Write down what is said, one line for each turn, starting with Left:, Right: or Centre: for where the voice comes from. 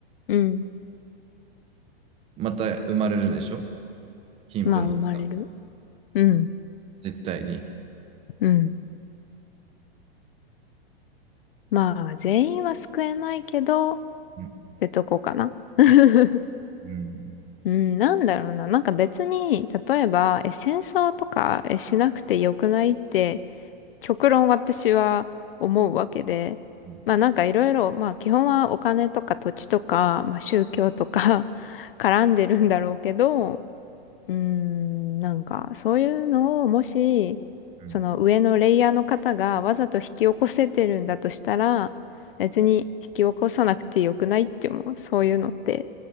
Left: うん。
Right: また生まれるでしょ貧富の差が。
Left: まあ生まれる。うん、
Right: 絶対に。
Left: うん。まあ全員は救えないけど、っ
Right: うん、
Left: てとこかな。<laughs>
Right: うん、
Left: うん、なんだろうな。なんか別に、例えば、え、戦争とかえしなくてよくないって極論私は思うわけで、
Right: う
Left: まあなんかいろいろ、まあ基本はお金とか土地とか、まあ宗教とか <laughs> 絡んでるんだろうけど、うーん、なんかそういうのをもし、
Right: ん、
Left: その上のレイヤーの方がわざと引き起こせてるんだとしたら、別に引き起こさなくてよくないって思う。そういうのって